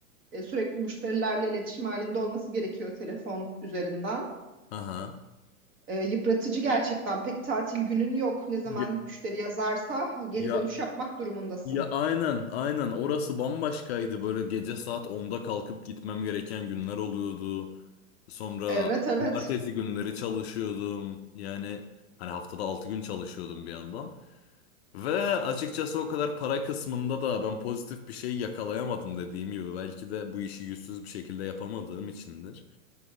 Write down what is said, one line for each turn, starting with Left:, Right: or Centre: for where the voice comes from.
Right: e, sürekli müşterilerle iletişim halinde olması gerekiyor telefon üzerinden.
Left: aha
Right: E, yıpratıcı gerçekten. Pek tatil günün yok. Ne zaman
Left: ya,
Right: müşteri yazarsa geri
Left: ya
Right: dönüş yapmak durumundasın.
Left: ya aynen aynen orası bambaşkaydı böyle gece saat onda kalkıp gitmem gereken günler oluyordu. Sonra
Right: Evet, evet.
Left: cumartesi günleri çalışıyordum. Yani hani haftada 6 gün çalışıyordum bir yandan. Ve açıkçası o kadar para kısmında da ben pozitif bir şey yakalayamadım dediğim gibi. Belki de bu işi yüzsüz bir şekilde yapamadığım içindir.